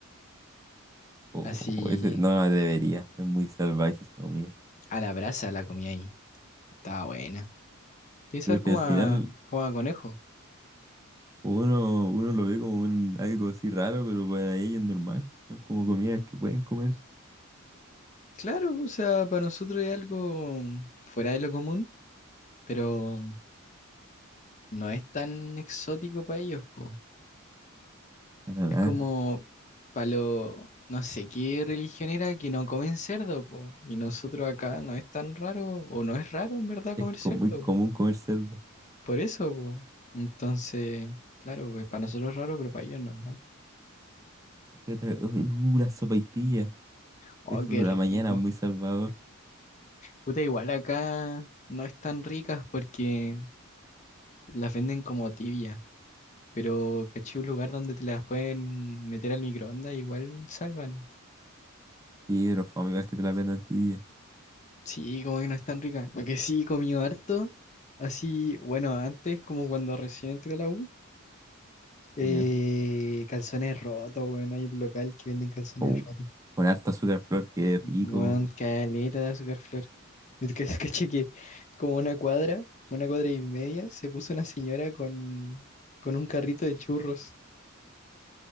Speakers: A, on the right (about 15°); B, on the left (about 35°).
A: O
B: Así,
A: ese, no, la debería, es muy salvaje esa comida.
B: a la brasa la comí ahí. Estaba buena. Tiene sabor
A: Pero es
B: como
A: que al final
B: a, como a conejo.
A: uno, uno lo ve como un, algo así raro, pero para ellos es normal. Son como comidas que pueden comerse.
B: Claro, o sea, para nosotros es algo fuera de lo común, pero no es tan exótico para ellos, po.
A: Para
B: Es
A: nada.
B: Ah, como para lo, no sé qué religión era que no comen cerdo, po. Y nosotros acá no es tan raro, o no es raro en verdad
A: Es
B: comer cerdo,
A: co- muy
B: po.
A: común comer cerdo.
B: Por eso, po. Entonces, claro, pues, para nosotros es raro, pero para ellos es normal.
A: ¿Qué otra? Uy, Uh, la sopaipilla.
B: Oh,
A: Eso
B: qué
A: de
B: rico.
A: la mañana, muy salvador.
B: Puta, igual acá no es tan ricas porque las venden como tibia. Pero caché un lugar donde te las pueden meter al microondas, igual salvan.
A: Sí, pero fue igual que te la vendan tibia.
B: Sí, como que no es tan rica. Lo que sí he comido harto, así, bueno, antes, como cuando recién entré a la U, eh,
A: ¿Ya?
B: calzones rotos, bueno Hay un local que venden calzones
A: O
B: rotos.
A: con harta azúcar flor, que
B: bueno
A: rico.
B: caleta de azúcar flor. Y que- <laughs> Caché que como una cuadra, una cuadra y media, se puso una señora con, con un carrito de churros,